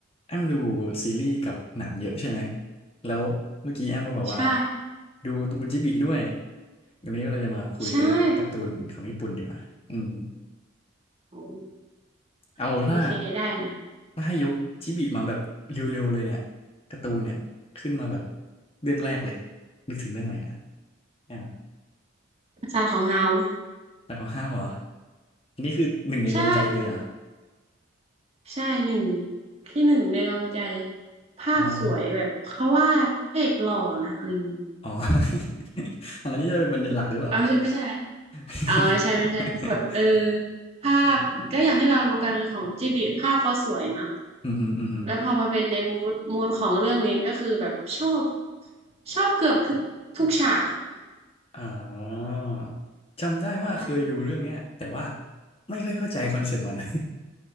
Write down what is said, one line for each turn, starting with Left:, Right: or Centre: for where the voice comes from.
Left: แอมดูซีรีส์กับหนังเยอะใช่ไหมแล้วเมื่อกี้แอมก็บอกว่า
Right: ใช่
Left: ดูการ์ตูนจิบิด้วยวันนี้ก็เราจะมาคุยเรื่องการ์ตูนของญี่ปุ่นดีกว่าอืม
Right: ใช่โอ้
Left: เอาถ้า
Right: โอเคได้นะ
Left: ถ้าให้ยกจิบิมาแบบเร็วๆเลยเนี่ยการ์ตูนเนี่ยขึ้นมาแบบเรื่องแรกเลยนึกถึงเรื่องอะไรอ่ะแอมอะ
Right: ปราสาทของฮาวไหม
Left: หลักของห้าวเหรออันนี้คือหนึ่งในดวงใจเลยเหรอ
Right: ใช่ใช่หนึ่งที่หนึ่งในดวงใจภาพสวยแบบเขาวาดพระเอกหล่อนะเอาดี
Left: อ๋ออ๋อ <laughs> อันนั้นนี่จะเป็นประเด็นหลักหรือเปล่า
Right: ๆเอาไม่ใช่ไม่ใช่อะไร
Left: <laughs>
Right: เอาไม่ใช่ไม่ใช่ก็คือแบบเออภาพก็อย่างที่เรารู้กันคือของจิบลิภาพเขาสวยเนอะ
Left: อืมอหืมออือหือ
Right: แล้วพอมาเป็นในมูดมูดของเรื่องนี้ก็คือแบบชอบชอบเกือบทุกทุกฉากอ่ะ
Left: อ่าจำได้ว่าเคยดูเรื่องเนี้ยแต่ว่า
Right: ใช่
Left: ไม่ค่อยเข้าใจคอนเซ็ปต์มัน <laughs>